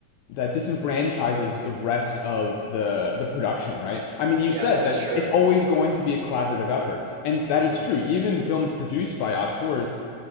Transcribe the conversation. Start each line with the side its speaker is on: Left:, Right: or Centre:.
Left: that disenfranchises the rest of the the production right i mean you
Right: yeah
Left: said
Right: that is
Left: that
Right: true
Left: it's always going to be a collaborative effort and that
Right: mhm
Left: is true even films produced by auteurs